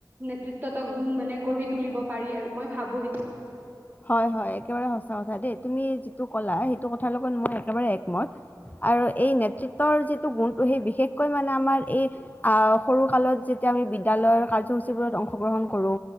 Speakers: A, on the right; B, on the left.
A: নেতৃত্ব গুণ মানে গঢ়ি তুলিব পাৰি আৰু মই ভাবো সেইটো
B: হয় হয় একেবাৰে সচা কথা দেই তুমি যিটো ক'লা সেইটো কথাৰ লগত মই একেবাৰে একমত আৰু এই নেতৃত্বৰ যিটো গুণটো সেই বিশেষকৈ মানে আমাৰ এই আহ সৰু কালত যেতিয়া আমি বিদ্যালয়ৰ কাৰ্যসূচী বোৰত অংশগ্ৰহণ কৰো